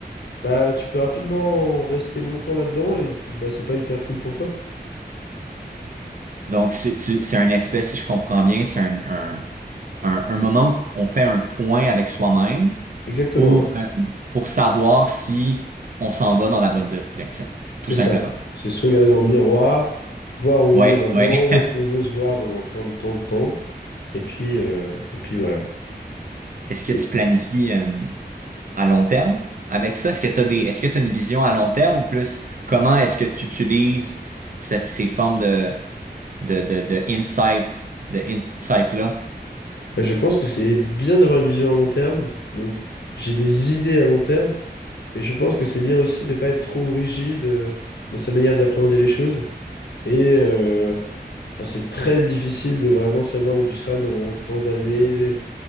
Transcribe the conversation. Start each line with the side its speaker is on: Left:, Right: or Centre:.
Left: bah, tu peux rapidement rester longtemps là-dedans et puis, bah, c'est pas hyper cool pour toi.
Right: Donc, c'est tu- c'est un espèce, si je comprends bien, c'est un, un, un, un moment où on fait un point avec soi-même
Left: Exactement,
Right: pour,
Left: ouais.
Right: euh, pour savoir si on s'en va dans la bonne direction,
Left: C'est
Right: tout simplement.
Left: ça. C'est se regarder dans le miroir, voir où
Right: Ouais,
Left: on est maintenant,
Right: ouais.
Left: où
Right: <laughs>
Left: est-ce qu'on veut se voir dans tant de temps de temps, et puis, euh, et puis voilà.
Right: Est-ce que
Left: Et
Right: tu planifies? euh, à long terme avec ça? Est-ce que tu as des, est-ce que tu une vision à long terme ou plus comment est-ce que tu utilises cette, ces formes de, de, de, de insight, de insight-là?
Left: bah, je pense que c'est bien d'avoir une vision à long terme, donc j'ai des idées à long terme, Mais je pense que c'est bien aussi de ne pas être trop rigide euh, dans sa manière d'appréhender les choses. Et euh, enfin, c'est très difficile de vraiment savoir où tu seras dans tant d'années.